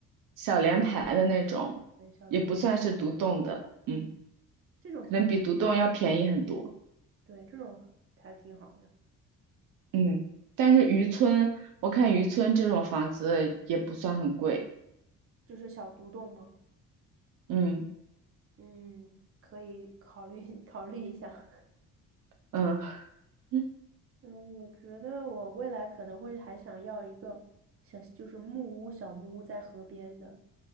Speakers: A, on the right (about 75°); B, on the right (about 40°).
A: 小联排的那种，
B: 对，小联排
A: 也不算是独栋的，嗯，
B: 这种挺好，
A: 可能比独栋要便宜很多。
B: 对，这种还挺好的，
A: 嗯，但是渔村，我看渔村这种房子也不算很贵。
B: 就是小独栋吗？
A: 嗯
B: 嗯，可以考虑 <laughs> 考虑一下。
A: 嗯嗯
B: 嗯，我觉得我未来可能会还想要一个小，就是木屋、小木屋在河边的。